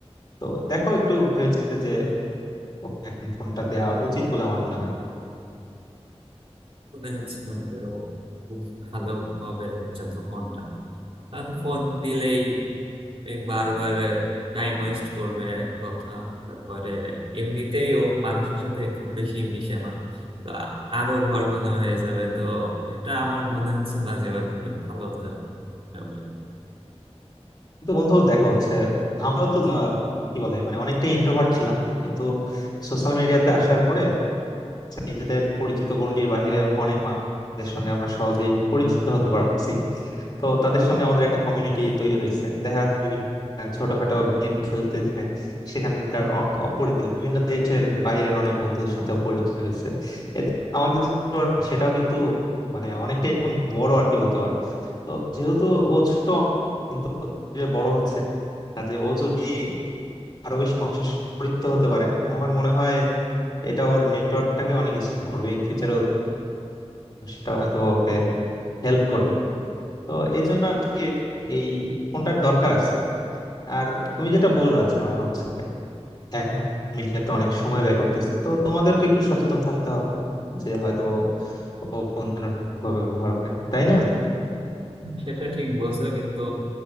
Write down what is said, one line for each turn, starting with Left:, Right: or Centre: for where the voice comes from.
Left: তো দেখো একটু ভেবেচিন্তে যে ওকে এখন ফোনটা দেওয়া উচিত বলে আমার মনে হয়
Right: মনে হচ্ছে না যে ও খুব ভালো হবে যত ফোনটা কারণ ফোন দিলেই এই বারবার টাইম ওয়েস্ট করবে এক কথা তারপরে এমনিতেই ও মানুষের সাথে খুব বেশি মিশে না তো আ- আরো ঘরকোনা হয়ে যাবে তো এটা আমার মনে হচ্ছে না যে ওর এটা ভালো দে- হবে
Left: কিন্তু বন্ধু দেখো হচ্ছে আমরাও তো আহ, কি বলে মানে অনেকটা ইন্ট্রোভার্ট ছিলাম কিন্তু সোশ্যাল মিডিয়াতে আসার পরে নিজেদের পরিচিত গণ্ডির বাইরে অনেক মানুষের সঙ্গে আমরা সহজেই পরিচিত হতে পারছি তো তাদের সঙ্গে আমাদের একটা কমিউনিটি তৈরি হয়েছে দেখা যাচ্ছে বিভিন্ন আহ, ছোটখাটো গেম খেলতে যে সেখানকার অনেক অপরিচিত বিভিন্ন দেশের বাইরের অনেক বন্ধুদের সাথে পরিচয় হয়েছে এতে আমাদের যে network সেটাও কিন্তু মানে অনেকটাই এখন বড় আর কি বলতে পারো তো যেহেতু ও ছোট কিন্তু যে বড় হচ্ছে কাজে ও যদি আরো বেশি মানুষের সাথে পরিচিত হতে পারে আমার মনে হয় এটা ওর নেটওয়ার্কটাকে অনেক strong করবে ইন ফিউচারও সেটা হয়তো ওকে হেল্প করবে তো এই জন্য আর কি এই ফোনটার দরকার আছে আর তুমি যেটা বললা যে মানে হচ্ছে এখন মিডিয়াতে অনেক সময় ব্যয় করতেছে তো তোমাদেরকে একটু সচেতন থাকতে হবে যে হয়তো ও ফোন যেন ঠিকভাবে ব্যবহার করে তাই না
Right: সেটা ঠিক বলছো কিন্তু